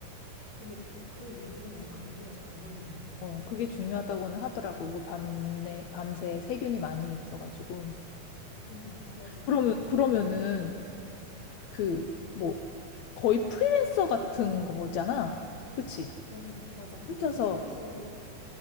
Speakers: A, on the left; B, on the left.
A: 근데 그 이후로 나는 감기가 잘 안 걸리는 것 같아.
B: 어, 그게 중요하다고는 하더라고. 그 밤에 밤새 세균이 많이 있어가지고.
A: 응, 맞아.
B: 그러면 그러면은 그 뭐 거의 프리랜서 같은 거잖아. 그치?
A: 맞아, 맞아, 맞아.
B: 혼자서
A: 프리랜서로